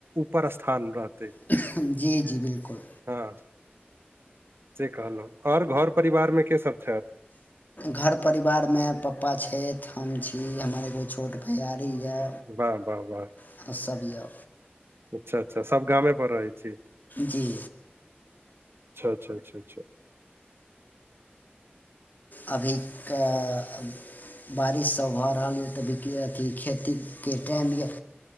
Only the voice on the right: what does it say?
ऊपर स्थान रहतै।
हँ <inaudible> से कहलहुँ आओर घर परिवारमे के सभ छथि?
वाह-वाह-वाह।
अच्छा-अच्छा सब गामे पर रहै छी। <inaudible> अच्छा-अच्छा-अच्छा-
अच्छा।